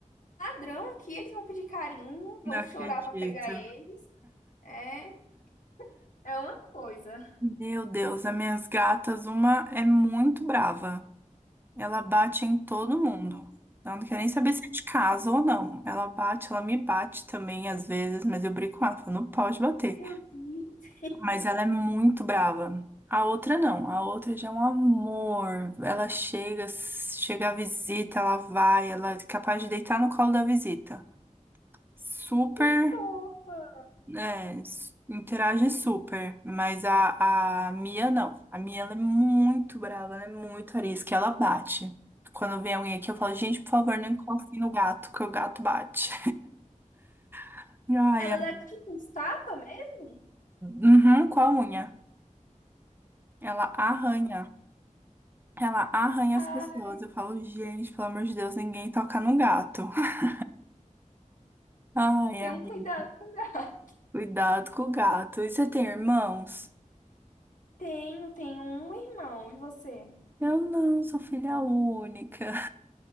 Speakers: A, on the left (about 80°); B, on the right (about 15°).
A: ladrão aqui, eles vão pedir carinho, vão
B: Não acredito.
A: chorar pra pegar eles É. É uma coisa.
B: Meu Deus, as minhas gatas, uma é muito brava. Ela bate em todo
A: Ah,
B: mundo. Ela não quer nem saber se é de casa ou não. Ela bate, ela me bate também às vezes, mas eu brigo com ela, falo, não pode bater.
A: Meu Deus,
B: Mas ela é muito brava. A outra não, a outra já é um amor. Ela chega, chega a visita, ela vai, ela é capaz de deitar no colo da visita. Super
A: que fofa.
B: É, s- interage super, mas a, a Mia não. A Mia ela é muito brava, ela é muito arisca, ela bate. Quando vem alguém aqui, eu falo, gente, por favor, não encoste no gato, que o gato bate. <laughs> Ai,
A: Ela
B: a...
A: dá tipo uns tapas mesmo?
B: uhum, com a unha. Ela arranha. Ela arranha
A: Ai,
B: as pessoas. Eu falo, gente, pelo amor de Deus, ninguém toca no gato. <laughs> Ai,
A: tem
B: amiga,
A: um cuidado. pra dar.
B: cuidado com o gato. E você tem irmãos?
A: Tenho, tenho um irmão. E você?
B: Eu não, sou filha única. <laughs>